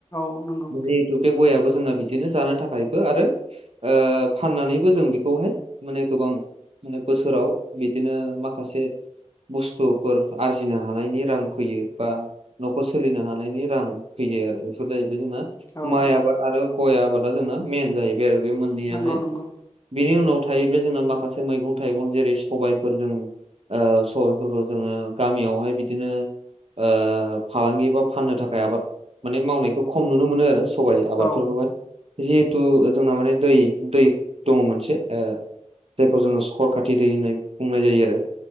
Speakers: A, on the left; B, on the right.
A: नोंगौ
B: जिहेतु बे गयाबो जोंना बिदिनो जानो थाखायबो आरो ओ फाननानैबो जों बेखौहाय माने गोबां बोसोराव बिदिनो माखासे बुस्थुफोर आरजिनो हानायनि रां फैयो बा न'खर सोलिनो हानायनि रां फैयो आरो बेफोर जाहैबाय जोंना
A: औ
B: माइ आबाद आरो गय आबादा जोंना मेन जाहैबाय आरो बे मोननैयाहाय
A: नंगौ नंगौ
B: बिनि उनाव थायोब्ला जोंना माखासे मैगं थाइगं जेरै सबायाइफोर जों ओ सबाइफोरखौ जोङो गामियावहाय बिदिनो ओ फालांगि बा फाननो थाखाय आबाद माने मावनायखौ खम नुनो मोनो आरो सबाइ आबादफोरखौहाय
A: औ
B: जिहेथु जोंना माने दै दै दङ मोनसे ओ जायखौ जोङो सकर खाथि दै होननाय बुंनाय जायो आरो